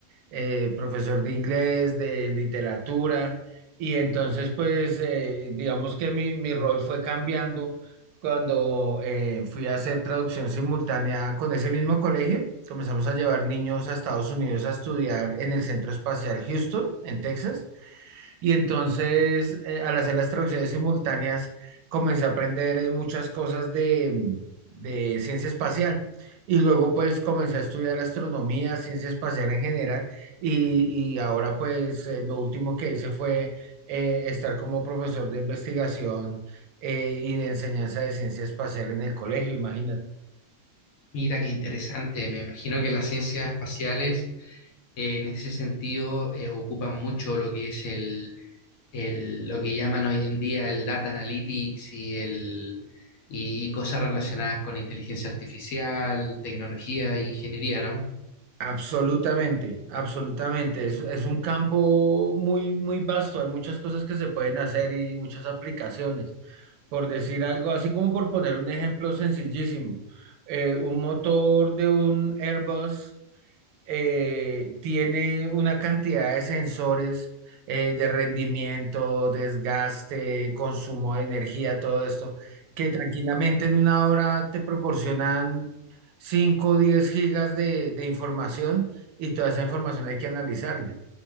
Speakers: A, on the right; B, on the left.
A: eh, profesor de inglés, de literatura, y entonces pues eh, digamos que mi, mi rol fue cambiando cuando eh, fui a hacer traducción simultánea con ese mismo colegio. Comenzamos a llevar niños a Estados Unidos a estudiar en el Centro Espacial Houston, en Texas. Y entonces, eh, al hacer las traducciones simultáneas, comencé a aprender eh, muchas cosas de, mm, de ciencia espacial. Y luego pues comencé a estudiar astronomía, ciencia espacial en general, y, y ahora pues eh, lo último que hice fue eh, estar como profesor de investigación eh, y de enseñanza de ciencia espacial en el colegio, imagínate.
B: Mira, qué interesante. Me imagino que las ciencias espaciales eh, en ese sentido eh, ocupan mucho lo que es el, el- lo que llaman hoy en día el data analytics y el y cosas relacionadas con inteligencia artificial, tecnología e ingeniería, ¿no?
A: Absolutamente, absolutamente. Es, es un campo muy, muy vasto. Hay muchas cosas que se pueden hacer y muchas aplicaciones. Por decir algo, así como por poner un ejemplo sencillísimo, eh, un motor de un Airbus eh, tiene una cantidad de sensores eh, de rendimiento, desgaste, consumo de energía, todo esto, que tranquilamente en una hora te proporcionan 5, o 10 gigas de, de información y toda esa información hay que analizarla